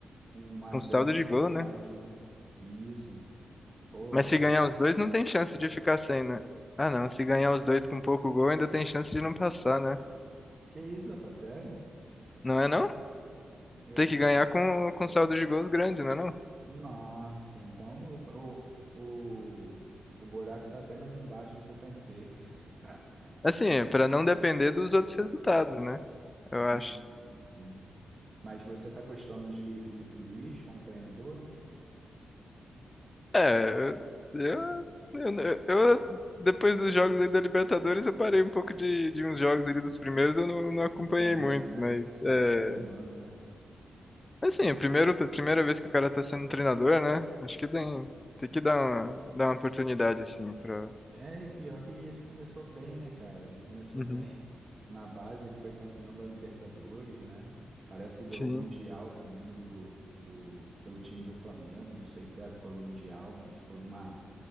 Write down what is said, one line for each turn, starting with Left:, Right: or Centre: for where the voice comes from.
Right: com uma
Left: Com
Right: grande
Left: saldo de
Right: vantagem,
Left: gol, né?
Right: né? Isso. Pô,
Left: Mas se ganhar os dois, não tem chance de ficar sem, né? Ah, não. Se ganhar os dois com pouco gol, ainda tem chance de não passar, né?
Right: Que isso, rapaz? Sério?
Left: Não é não?
Right: Eu...
Left: Tem que ganhar com, com saldo de gols grande, não é não?
Right: Nossa, então o, o, o, o buraco tá até mais embaixo do que eu pensei. <laughs>
Left: Assim, pra não depender dos outros resultados, né?
Right: Sim,
Left: Eu acho.
Right: sim, sim. Mas você tá gostando de Felipe Luiz como treinador?
Left: É, eu, eu, eu- depois dos jogos aí da Libertadores, eu parei um pouco de, de uns jogos ali dos primeiros, eu não, não acompanhei
Right: Desanima,
Left: muito,
Right: né?
Left: mas
Right: Acaba
Left: é,
Right: desanimando, né?
Left: assim, é a primeiro, primeira vez que o cara tá sendo treinador, né? Acho que tem, tem que dar uma, dar uma oportunidade, assim, pra.
Right: É, e pior que ele começou bem, né, cara? Ele começou
Left: Uhum.
Right: bem. Na base, ele foi campeão da Libertadores, né? Parece que ganhou
Left: Sim.
Right: o Mundial também do, do, pelo time do Flamengo. Não sei se era- foi o Mundial, mas foi uma